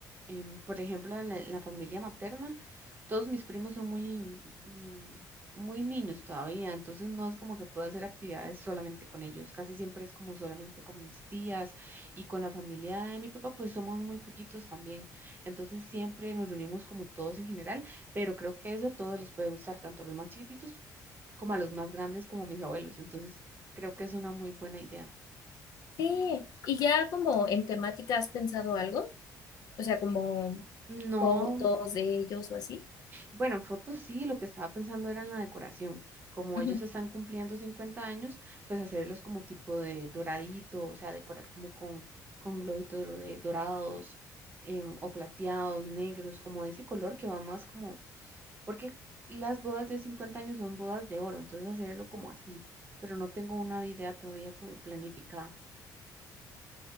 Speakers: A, on the right; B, on the left.
A: em, por ejemplo, en la, en la familia materna, todos mis primos son muy, mm, muy niños todavía, entonces no es como que pueda hacer actividades solamente con ellos, casi siempre es como solamente con mis tías y con la familia de mi papá, pues somos muy poquitos también, entonces siempre nos reunimos como todos en general, pero creo que eso a todos les puede gustar, tanto a los más chiquititos como a los más grandes, como a mis abuelos, entonces creo que es una muy buena idea.
B: Sí, y ya como en temática has pensado algo, o sea, como
A: No,
B: fotos de ellos o así.
A: Bueno, en fotos sí, lo que estaba pensando era en la decoración. Como
B: Ujú.
A: ellos están cumpliendo 50 años, pues hacerlos como tipo de doradito, o sea, decorar como con, con globitos do- de dorados em, o plateados, negros, como de ese color que va más como, porque las bodas de 50 años son bodas de oro, entonces hacerlo como así, pero no tengo una idea todavía como planificada.